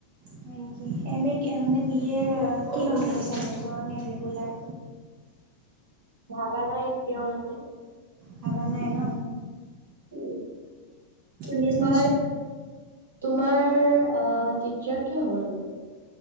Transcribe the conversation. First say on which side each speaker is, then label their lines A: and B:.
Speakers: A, on the right (about 40°); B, on the right (about 65°).
A: হয় নেকি? এম এ মানে বি এ কি লম বুলি ভাবিছা মেজৰ ণে ৰেগুলাৰ?
B: ভাবা নাই এতিয়াও মানে।
A: ভাবা নাই ন?
B: উম, কি বুলি
A: বিজনেছ
B: কয় তোমাৰ টিচাৰ কিয় হ'ব মন আছে।